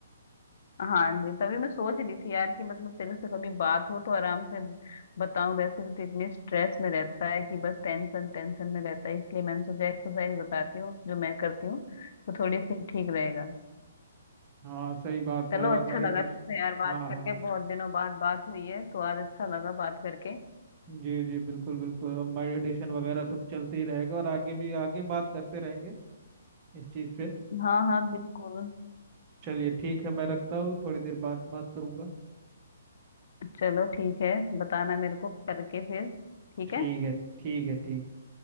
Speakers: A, on the left; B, on the right.
A: हाँ जी तभी मैं सोच रही थी यार कि मतलब तेरे से कभी बात हो तो आराम से बताऊं वैसे भी तो इतने स्ट्रेस में रहता है कि बस टेंशन टेंशन में रहता है इसलिए मैंने सोचा एक्सरसाइज बताती हूँ जो मैं करती हूँ तो थोड़ी सी ठीक रहेगा
B: हाँ सही बात
A: चलो
B: है और
A: अच्छा
B: मेडिटेशन
A: लगा तुमसे यार बात
B: हाँ
A: करके
B: हाँ
A: बहुत दिनों बाद बात हुई है तो आज अच्छा लगा बात करके
B: जी जी बिल्कुल बिल्कुल अब मेडिटेशन वगैरह तो चलते ही रहेगा और आगे भी आगे बात करते रहेंगे इस चीज़ पे
A: हाँ हाँ बिल्कुल
B: चलिए ठीक है मैं रखता हूँ थोड़ी देर बाद बात करूँगा
A: चलो ठीक है बताना मेरे को करके फिर ठीक
B: ठीक
A: है
B: है ठीक है ठीक